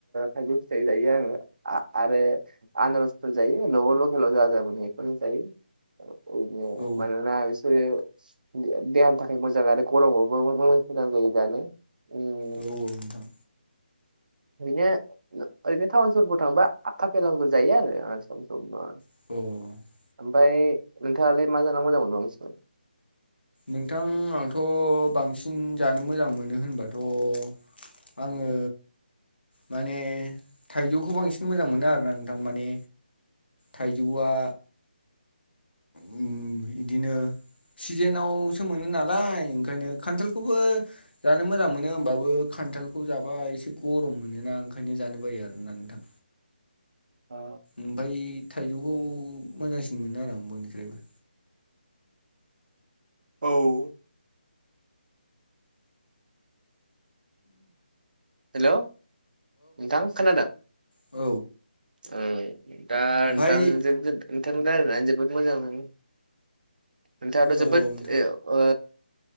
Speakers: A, on the right; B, on the left.
A: थाइजौ फिथाइ दायो आङो। आ-आरो आनारसफोर जायो ल'आव लकेलाव जा जा मोनो बेखौनो जायो। <unintelligible>
B: औ
A: मानोना ओ दे देहानि थाखाय मोजां आरो गरमावबो मोजां <unintelligible> जां जायो जानो। ओरैनो
B: औ नोंथां।
A: <inaudible> ओरैनो ओरैनो टाउन सहरफोराव थांबा आ-आफेल आंगुर जायो आरो ओ सम सम <unintelligible>
B: <unintelligible>
A: ओमफाय नोंथाङालाय मा जाना मोजां मोनबा <unintelligible>
B: नोंथां आंथ' बांसिन जानो मोजां मोनो होनबाथ'। आङो। माने थाइजौखौ बांसिन मोजां मोनो आरोना नोंथां। माने थाइजौआ उम बिदिनो। सिजेनाव सो मोनो नालाय ओंखायनो खान्थालखौबो जानो मोजां मोनो होमबाबो खान्थालखौ जाबा एसे गरम मोनो ना ओंखायनो जानो बायो आरो ना नोंथां।
A: आ।
B: ओमफाय थाइजौखौ मोजांसिन मोनो आरो आं बयनिख्राबो।
A: औ। हेलौ नोंथां खोनादों
B: औ
A: उम दा
B: ओमफाय
A: नोंथांजों नोंथांजों रायलायनानै जोबोद मोजां मोनदों नोंथाङाथ' जोबोद
B: औ नोंथां
A: एउ ओ